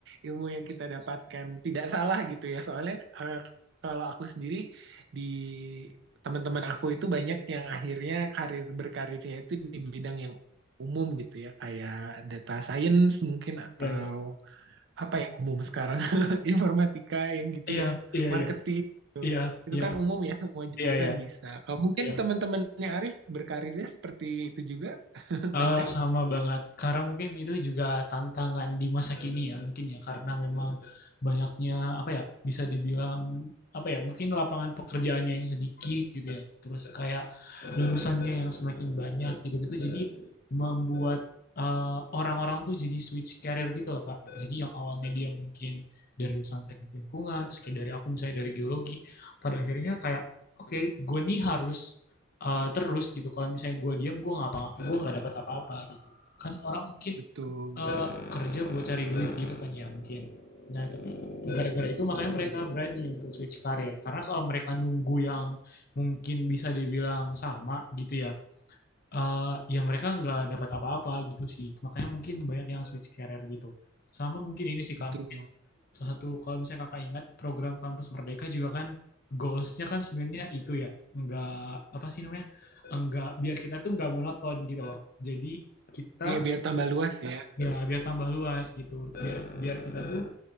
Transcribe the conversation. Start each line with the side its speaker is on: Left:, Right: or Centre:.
Right: ilmu yang kita dapatkan tidak salah gitu ya soalnya eh, kalau aku sendiri di teman-teman aku itu banyak yang akhirnya karir berkarirnya itu di bidang yang umum gitu ya kayak data science mungkin atau
Left: Iya, iya.
Right: apa ya umum sekarang <laughs> informatika yang gitu
Left: Iya,
Right: ya
Left: iya,
Right: marketing
Left: iya. Iya,
Right: itu
Left: iya.
Right: kan umum ya semua jurusan
Left: Iya, iya.
Right: bisa kalau mungkin
Left: Iya.
Right: teman-temannya Arif berkarirnya seperti itu juga <laughs>
Left: Eh,
Right: ada
Left: sama banget. Karena mungkin itu juga tantangan di masa kini ya mungkin ya karena memang banyaknya apa ya bisa dibilang apa ya mungkin lapangan pekerjaannya yang sedikit gitu ya. Terus kayak lulusannya yang semakin banyak gitu-gitu. Jadi membuat eh, orang-orang tuh jadi switch career gitu loh Kak. Jadi yang awalnya dia mungkin dari lulusan teknik lingkungan, terus kayak dari aku misalnya dari geologi, pada akhirnya kayak oke gue nih harus eh, terus gitu. Kalau misalnya gue diam, gue nggak apa, gue nggak dapat apa-apa gitu. Kan orang mungkin
Right: betul
Left: eh, kerja buat cari duit gitu kan ya mungkin. Nah tapi gara-gara itu makanya mereka berani untuk switch karir. Karena kalau mereka nunggu yang mungkin bisa dibilang sama gitu ya, eh, ya mereka nggak dapat apa-apa gitu sih. Makanya mungkin banyak yang switch karir gitu. Sama mungkin ini sih
Right: Betul.
Left: kak, salah satu kalau misalnya kakak ingat program kampus Merdeka juga kan goalsnya kan sebenarnya itu ya enggak apa sih namanya enggak biar kita tuh enggak monoton gitu loh jadi kita
Right: Iya biar tambah luas ya,
Left: ya biar tambah luas gitu biar biar kita tuh